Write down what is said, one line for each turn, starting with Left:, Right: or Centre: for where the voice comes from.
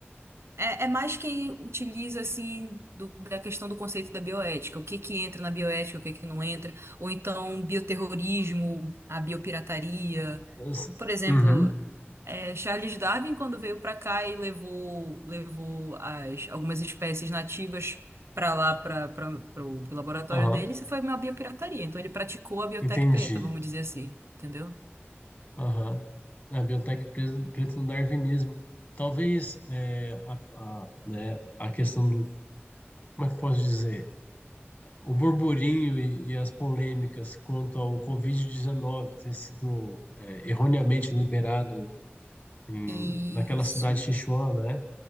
Right: É, é mais quem utiliza, assim, do- da questão do conceito da bioética. O que que entra na bioética, o que que não entra. Ou então, bioterrorismo, a biopirataria.
Left: As-
Right: Por exemplo,
Left: Uhum,
Right: é, Charles Darwin, quando veio para cá e levou, levou as, algumas espécies nativas para lá, para o laboratório
Left: aham,
Right: dele, isso foi uma biopirataria. Então, ele praticou a biotec
Left: entendi.
Right: preta, vamos dizer assim, entendeu?
Left: Aham. É, A biotech presa- preta no darwinismo. Talvez é, a, a, né, a questão do, como é que eu posso dizer? O burburinho e, e as polêmicas quanto ao Covid-19 ter sido é, erroneamente liberado em, em-
Right: Isso.
Left: naquela cidade de Sichuan, né?